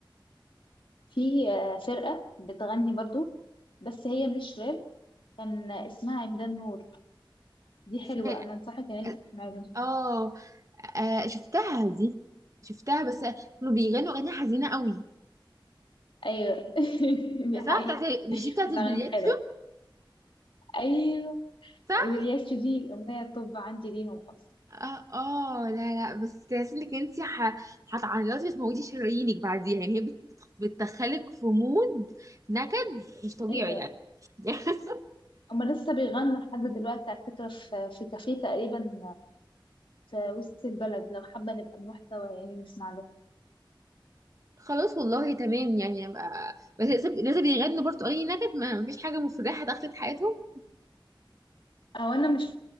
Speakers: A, on the left; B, on the right.
A: في آه، فرقه بتغني برضه بس هي مش راب كان اسمها عمدان نور دي حلوه
B: اسمها
A: انا انصحك ان انت
B: اه
A: تسمعي لهم
B: آه، آه، شفتها دي شفتها بس كانوا بيغنوا اغاني حزينه قوي
A: ايوه <laughs> دي حقيقه
B: صح بتاعت مش دي بتاعت
A: بس
B: البليات
A: اغانيهم حلوه
B: شو
A: ايوه
B: صح
A: الياس دي اغنيه طب عندي ليهم اصلا
B: اه اه لا لا بس تحس انك انت ح... هتعيطي وتموتي شرايينك بعديها يعني هي بت... بت- بتدخلك في مود نكد مش طبيعي
A: ايوه
B: يعني <laughs>
A: هما لسه بيغنوا لحد دلوقتي على فكره في في كافيه تقريبا في وسط البلد لو حابة نبقى نروح سوا يعني نسمع له
B: خلاص والله تمام يعني ابقى بس لازم لازم يغنوا برضو اي نكد ما مفيش حاجه مفرحه دخلت حياتهم
A: او انا مش